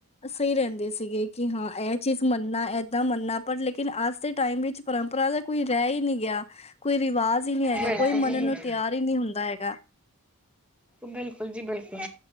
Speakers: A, on the left (about 30°); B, in the centre.
A: ਸਹੀ ਰਹਿੰਦੇ ਸੀਗੇ, ਕਿ ਹਾਂ ਇਹ ਚੀਜ਼ ਮੰਨਣਾ, ਐਦਾਂ ਮੰਨਣਾ। ਪਰ ਲੇਕਿਨ ਅੱਜ ਦੇ ਟੈਮ ਵਿਚ ਪਰੰਪਰਾ ਦਾ ਕੋਈ ਰਹਿ ਹੀ ਨੀ ਗਿਆ, ਕੋਈ ਰਿਵਾਜ਼ ਹੀ ਨਹੀ ਹੈਗਾ,
B: ਬਿਲਕੁਲ
A: ਕੋਈ
B: ਜੀ
A: ਮੰਨਣ
B: ਬਿਲਕੁਲ
A: ਨੂੰ ਤਿਆਰ ਹੀ ਨਹੀ ਹੁੰਦਾ ਹੈਗਾ।
B: ਬਿਲਕੁਲ ਜੀ ਬਿਲਕੁਲ,